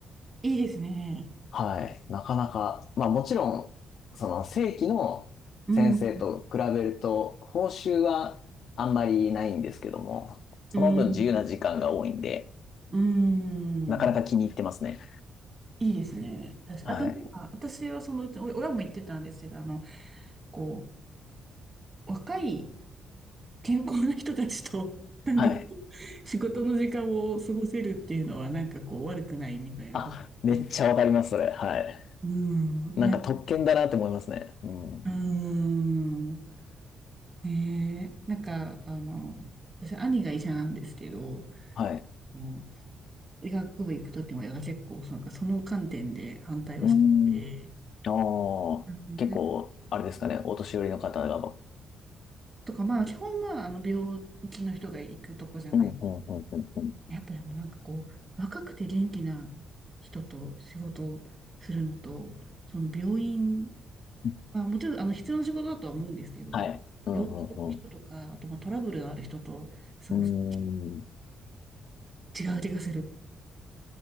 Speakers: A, on the right; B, on the left.
A: いいですね。
B: はい。なかなか、まあもちろん、その正規の先生と比べると、
A: うん。
B: 報酬はあんまりないんですけども、その分自由な時間が多いんで、
A: うん。うん。
B: なかなか気に入ってますね。
A: いいですね。確かあとなんか、
B: はい。
A: 私はそのうち、お親も言ってたんですけど、あの、こう、若い、健康な人たちと、<laughs> なんかこ
B: はい。
A: う、仕事の時間を過ごせるっていうのは、なんかこう、悪くないみたいなこと、
B: あ、めっちゃわかります、
A: すごい。
B: それ。はい。
A: うん、
B: なんか特権だなって思いますね。
A: なんか、
B: うん。
A: うーん、ねえ、なんか、あの、私、兄が医者なんですけど、
B: はい。
A: もう医学部行くときも、親が結構、なんかその観点で反対をしてて、
B: うーん。ああ、
A: うんなんか
B: 結構、あれですかね、お年寄りの方が、
A: とか、まあ、基本、まあ、あの、病気の人が行くとこじゃない
B: うん、うん、うん、うん、う
A: やっぱでもなんかこう、若くて元気な人と仕事をするのと、その病院、
B: ん。
A: まあもちろんあの必要な仕事だとは思うんですけど、
B: はい。うん、
A: 病気の人とか、
B: うん、
A: あとまあトラブルがある人と過ごす
B: うん。うーん。
A: 違う気がする。